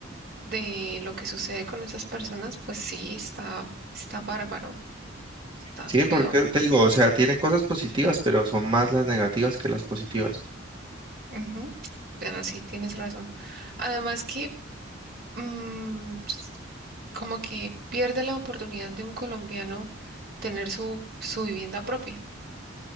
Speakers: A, on the right (about 55°); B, on the right (about 25°).
A: de lo que sucede con esas personas, pues sí, está, está bárbaro, está
B: Sí,
A: feo.
B: porque te digo, o sea, tiene cosas positivas, pero son más las negativas que las positivas.
A: Ujú, Pero sí, tienes razón. Además que mm, s- como que pierde la oportunidad de un colombiano tener su, su vivienda propia,